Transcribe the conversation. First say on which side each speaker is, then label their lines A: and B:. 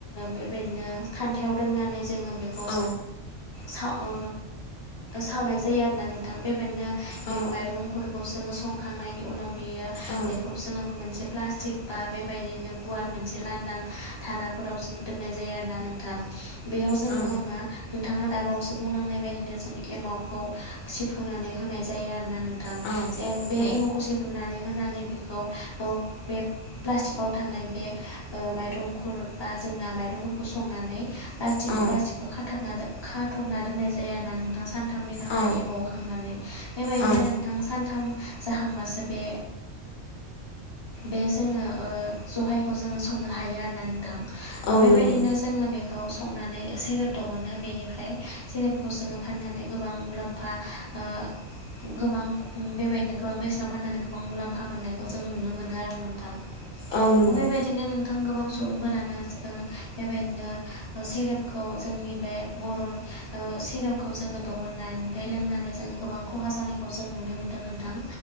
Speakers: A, on the left; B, on the left.
A: बेबायदिनो खान्थायाव दोननानै जोङो बेखौ
B: औ
A: साव ओ सावनाय जायो आरोना नोंथां बेबायदिनो बे
B: औ
A: माइरंफोरखौ जोङो संखांनायनि उनाव बेयो
B: औ
A: बेखौ जोङो मोनसे प्लास्टिक बा बेबायदिनो गुवार मोनसे लांदां धाराफोरावसो दोननाय जायो आरोना नोंथां बेयाव जोंङो
B: औ
A: मा नोंथांङा दाबावसो बुंलांनाय बायदिनो जों एमावखौ सिफ्रुनानै होनाय जायो आरोना नों थां
B: औ
A: जे बे
B: औ
A: एमकसेफोरनानै होनानै बेखौ बे प्लास्टिकआव थानाय बे ओ माइरंफोर बा जोंना माइरंफोरखौ संनानै बटिक
B: औ
A: बासटिखौ खाथाबना खाथबना दोननाय जाया होनना नोंथां सान थामनि थाखाय
B: औ
A: एबाव खांनानै बेबायदिनो
B: औ
A: नोंथां सानथाम जाहांबासो बे बे जोङो जहायखौ जोंङो संनो हायो आरोना नोंथां
B: औ
A: बेबायदिनो
B: नंगौ
A: जोंङो बेखौ खौ संनानै सेरेब दहनो बेनिफ्राय सेरेबखौ जोंङो फाननानै गोबां मुलाम्फा ओ गोबां बेबायदिनो गोबां बेसेनाव फाननानै गोबां मुलाम्फा मोननायखौ जोङो नुनो मोनो आरो नोंथां।
B: औ नंगौ
A: बेबायदिनो नोंथां गोबां सम। सुबुंफोरानो बेबायदिनो सेरेपखौ जोंनि बे बर ओ सेरेपखौ जोंङो दहन नानिफ्राय लोंनानै जोंङ गोबां खहा जानायखौ जों नुनो मोन्दों नोंथां।